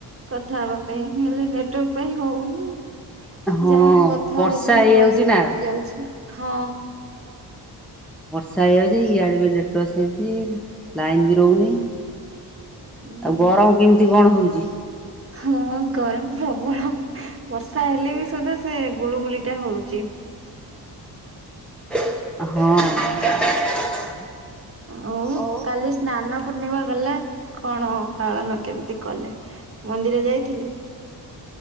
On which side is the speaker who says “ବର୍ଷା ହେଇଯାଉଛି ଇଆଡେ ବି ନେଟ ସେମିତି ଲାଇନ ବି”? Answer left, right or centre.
Centre